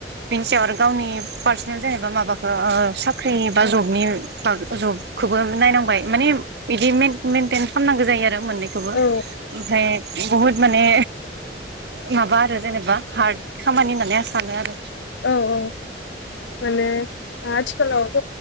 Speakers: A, on the right; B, on the left.
A: बिनिस सायाव आरो गावनि पार्सनेल जेनेबा माबाखौ साख्रि बा जबनि बा जबखौबो नायनांबाय माने बिदि मेन - मेनटेन खामनांगौ जायो आरो मोननैखौबो
B: औ
A: ओमफाय बहुद माने माबा आरो जेनेबा हार्द खामानि होननानै आं सानो आरो
B: औ औ माने आथिखालावथ'